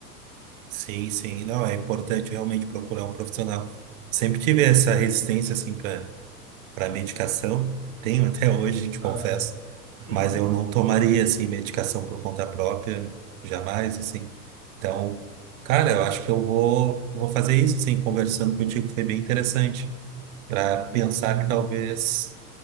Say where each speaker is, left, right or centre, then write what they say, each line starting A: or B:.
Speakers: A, on the right; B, on the right.
A: Sim, sim, não, é importante realmente procurar um profissional. Sempre tive essa resistência, assim, para para medicação. Tenho até hoje, te
B: aham,
A: confesso.
B: <laughs>
A: mas eu não tomaria
B: sim,
A: assim medicação por conta própria, jamais assim. Então, cara, eu acho que eu vou vou fazer isso assim, conversando contigo foi bem interessante para pensar que talvez